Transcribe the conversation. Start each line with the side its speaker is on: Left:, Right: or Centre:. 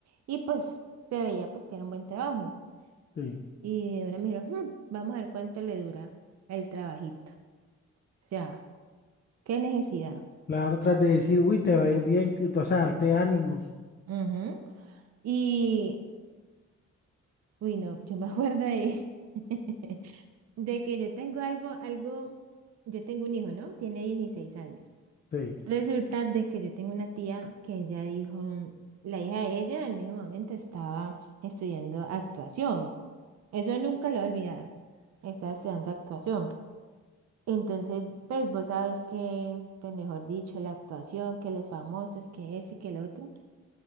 Right: y pues se veía pues que era un buen trabajo.
Left: Sí.
Right: Y de una me dijeron, "Hmm, vamos a ver cuánto le dura el trabajito. O sea, qué necesidad.
Left: Claro, tras de decir, uy, te va a ir bien, que- o sea, darte ánimos.
Right: Ujú. Y, uy, no, yo me acuerdo de, <laughs> de que yo tengo algo, algo, yo tengo un hijo, ¿no? Tiene 16 años.
Left: Sí.
Right: Resulta de que yo tengo una tía que ella dijo, la hija de ella en ese momento estaba estudiando actuación. Eso nunca lo he olvidado. Estaba estudiando actuación. Entonces, pues vos sabes que, pues mejor dicho, la actuación, que los famosos, que ese y que el otro.